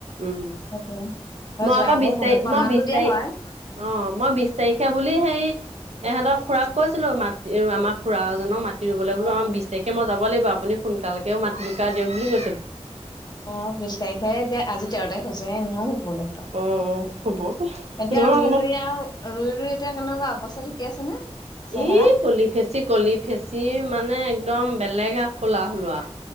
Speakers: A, on the right (about 70°); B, on the left (about 40°).
A: উম
B: অকে হয়
A: মই
B: যোৱা
A: আকৌ
B: আ
A: বিশ
B: স
A: তাৰিখ
B: সন্মানতো
A: মই বিশ
B: দিয়া
A: তাৰিখ
B: হয়। উম
A: অ মই বিশ তাৰিখে বুলি সেই। এহঁতৰ খুৰাক কৈছিলো মাতি আমাৰ খুৰা এজনক মা টি ৰুবলৈ বোলো
B: অ
A: আম
B: অ
A: বিশ তাৰিখে মই যাব লাগিব আপুনি সোনকালকে মাত বুকা দিয়ক বুলি কৈছিলো।
B: অ বিশ তাৰিখে এতিয়া আজি তেৰ তাৰিখ হৈছেহে এনেও হ'বগৈ। এতিয়া
A: অ', অ', হ'ব নহয়
B: ৰুই
A: অকমান
B: ৰুই আও ৰুই ৰুই এতিয়া কেনেকোৱা অৱস্থা ঠিকে আছে নে? চেহেৰা
A: এ কলি ফেচি কলি ফেচি মানে একদম বেলেগ এ ক'লা হ'লো আও।